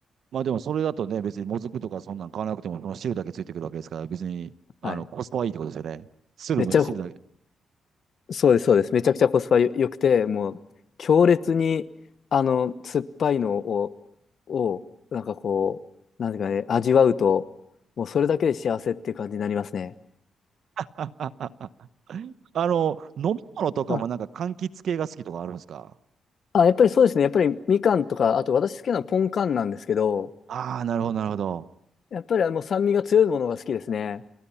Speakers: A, on the right; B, on the left.
A: まあでもそれだとね、別にもずくとかそんなん買わなくても、この汁だけついてくるわけですから、別に、あの、
B: はい。
A: コスパはいいってことですよね。汁も、
B: めっちゃ
A: 汁だけ。
B: そうです、そうです。めちゃくちゃコスパよ良くて、もう強烈に、あの、酸っぱいのを、を、なんかこう、なんていうかね、味わうと、もうそれだけで幸せっていう感じになりますね。
A: あ、あ、あ、あ。あの、飲み物とかもなんか柑橘系が好きとかあるんですか
B: あ、あ、やっぱりそうですね。やっぱりみかんとか、あと私好きなのはポンカンなんですけど、
A: ああー、なるほど、なるほど。
B: やっぱりあの酸味が強いものが好きですね。